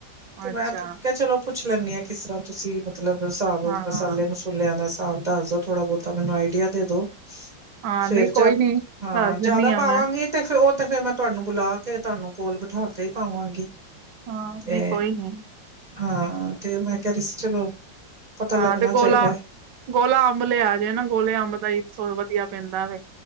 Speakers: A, on the right; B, on the right.
A: ਤੇ ਮੈਂ
B: ਅੱਛਾ
A: ਕਿਹਾ ਪੁੱਛ ਲੈਣੀ ਹਾਂ ਕਿਸ ਤਰ੍ਹਾਂ ਤੁਸੀਂ ਮਤ ਲਬ ਹਿਸਾਬ
B: ਹਾਂ
A: ਮਸਾਲੇ ਮਸੂਲਿਆਂ ਦਾ ਸਾਬ ਦੱਸ ਦੋ ਥੋੜਾ ਬਹੁਤਾ ਮੈਨੂੰ ਆਈਡੀਆ ਦੇ ਦੋ।
B: ਹਾਂ
A: ਫੇਰ
B: ਨਹੀਂ
A: ਜਦ
B: ਕੋਈ ਨੀ
A: ਹਾਂ
B: ਦੱਸ
A: ਜਿਆਦਾ
B: ਦਿੰਦੀ ਆ
A: ਪਾਵਾਂਗੀ
B: ਮੈਂ
A: ਤੇ ਫੇ ਉਹ ਤੇ ਫੇਰ ਮੈਂ ਤੁਆਨੂੰ ਬੁਲਾ ਕੇ, ਤੁਹਾਨੂੰ ਕੋਲ ਬਿਠਾ ਕੇ ਈ ਪਾਵਾਂਗੀ।
B: ਹਾਂ
A: ਤੇ
B: ਨਹੀਂ ਕੋਈ ਨੀ।
A: ਹਾਂ ਤੇ ਮੈਂ ਕਹਿ ਰਹੀ ਸੀ ਚਲੋ ਪਤਾ ਲੱਗਣਾ
B: ਹਾਂ ਤੇ
A: ਚਾਹੀਦਾ
B: ਗੋਲਾ, ਗੋਲਾ ਅੰਬ ਲਿਆ ਜੇ ਨਾ। ਗੋਲੇ ਅੰਬ ਦਾ ਈ। ਸੁਰ ਵਧੀਆ ਪੈਂਦਾ ਵੇ।